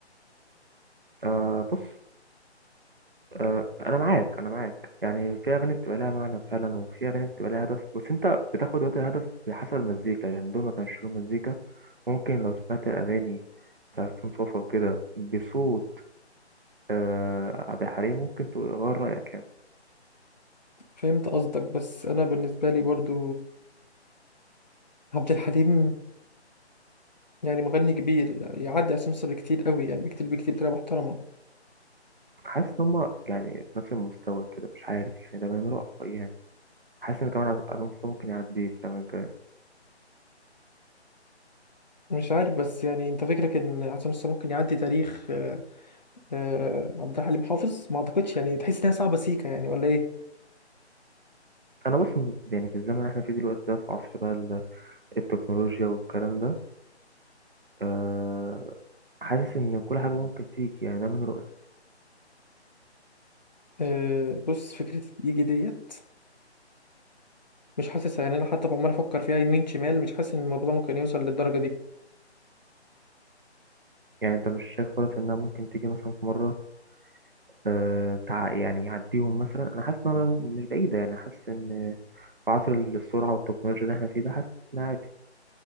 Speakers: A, on the right; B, on the left.
A: آه بص آه أنا معاك أنا معاك يعني في أغاني بتبقى لها معنى فعلا وفي أغاني بتبقى لها هدف بس أنت بتاخد وقت الهدف حسب المزيكا يعني دول ما كانش لهم مزيكا ممكن لو سمعت الأغاني بتاعت حسين صوصة وكده بصوت آه، عبد الحليم ممكن تغير رأيك يعني
B: فهمت قصدك بس أنا بالنسبة لي برضه عبد الحليم يعني مغني كبير يعدي عصام صاصا بكتير قوي يعني بكتير بكتير بطريقة محترمة
A: حاسس إن هما يعني في نفس المستوى كده مش عارف يعني ده من رأيي يعني حاسس إن كمان عز- عصام صاصا ممكن يعدي السنة الجاية
B: مش عارف بس يعني أنت فكرك إن عصام صاصا ممكن يعدي تاريخ آه، آه، عبد الحليم حافظ ما أعتقدش يعني تحس إنها صعبة سيكا يعني ولا إيه
A: أنا بص يعني في الزمن اللي إحنا فيه دلوقتي ده في عصر بقى ال- التكنولوجيا والكلام ده أه حاسس إن كل حاجة ممكن تيجي يعني ده من رأيي
B: آه، بص فكرة يجي ديت مش حاسس يعني انا حتى عمال افكر فيها يمين شمال مش حاسس ان الموضوع ده ممكن يوصل للدرجه دي
A: يعني أنت مش شايف خالص إنها ممكن تيجي مثلا في مرة أه تع... يعني يعديهم مثلا أنا حاسس إنها مش بعيدة يعني حاسس إن في عصر السرعة والتكنولوجيا اللي إحنا فيه ده حاسس إنها